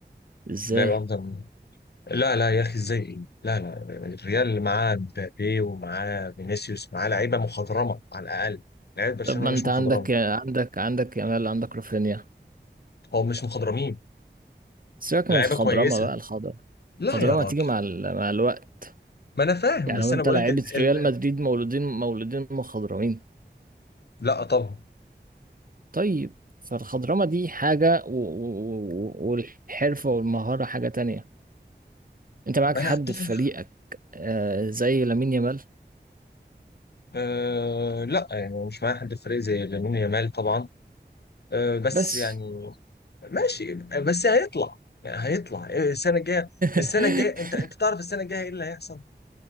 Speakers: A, on the right (about 50°); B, on the left (about 65°).
A: ازاي؟
B: لعيبه افضل من لا لا يا اخي ازاي ايه لا لا الريال اللي معاه مبابي ومعاه فينيسيوس معاه لعيبه مخضرمه على الاقل لعيبه برشلونه
A: طب ما
B: مش
A: انت
B: مخضرمه
A: عندك عندك عندك يامال عندك رافينيا
B: او مش مخضرمين
A: سيبك
B: لعيبه
A: من الخضرمة
B: كويسه
A: بقى الخضرمة
B: لا
A: الخضرمة
B: يا راجل
A: هتيجي مع ال... مع الوقت
B: ما انا فاهم
A: يعني
B: بس
A: وانت
B: انا بقول
A: لعيبة
B: لك ال... ال...
A: ريال مدريد مولودين مولودين مخضرمين
B: لا طبعا
A: طيب فالخضرمة دي حاجة و... و... و- والحرفة والمهارة حاجة تانية انت معاك
B: ما
A: حد
B: انا اتفق
A: في فريقك آه زي لامين يامال
B: أه لا يعني مش معايا حد في الفريق زي لامين يامال طبعا أه بس
A: بس
B: يعني ماشي بس هيطلع يعني هيطلع السنه الجايه السنه
A: <laughs>
B: الجايه انت انت تعرف السنه الجايه ايه اللي هيحصل